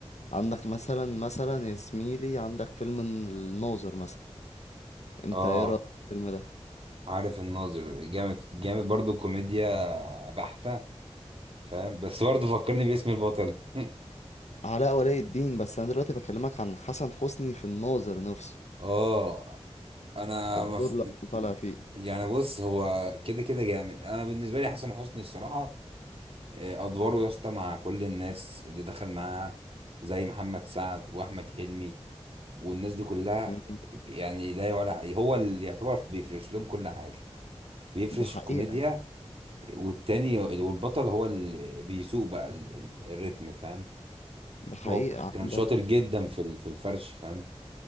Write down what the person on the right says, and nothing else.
اه
عارف الناظر جامد جامد برضه كوميديا بحتة فاهم بس برضه فكرني باسم البطل <laughs>
اه انا
مف...
م-
يعني بص هو كده كده جامد انا بالنسبه لي حسن حسني الصراحه آه، ادواره يا اسطى مع كل الناس اللي دخل معاها زي محمد سعد واحمد حلمي والناس دي كلها
يعني لا يعلى هو اللي يعتبر بيفرش لهم كل حاجه بيفرش
الكوميديا والتاني والبطل هو اللي بيسوق بقى ال- ال- الريتم فاهم
هو كان
شاطر جدا في ال- في الفرش فاهم